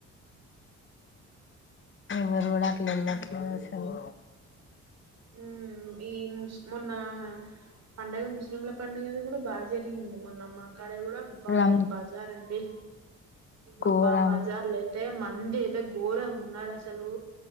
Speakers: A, on the left; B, on the right.
A: ఎవరు కూడా అట్లా వెళ్ళతేలేదు అసలు
B: ఉమ్ ఈస్ మొన్న పండగ ముస్లింల పండుగది కూడా బాగా జరిగింది మొన్న మా ఇక్కడ కూడా అబ్బా
A: రం
B: ఏం బజార్ అండి
A: ఘోరం
B: అబ్బా బజార్ లో అయితే మంది అయితే ఎంత ఘోరంగా ఉన్నారు అసలు